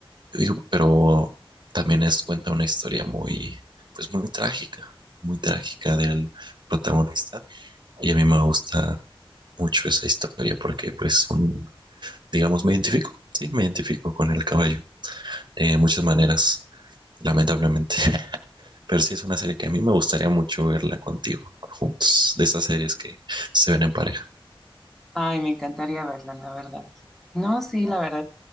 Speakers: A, on the right; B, in the centre.
A: digo, pero también es cuenta una historia muy, pues muy trágica, muy trágica del protagonista. Y a mí me gusta mucho esa historia porque pues un, digamos, me identifico, sí, me identifico con el caballo de muchas maneras, lamentablemente. <laughs> Pero sí es una serie que a mí me gustaría mucho verla contigo, juntos, de esas series que se ven en pareja.
B: Ay, me encantaría verla, la verdad. No, sí, la verdad.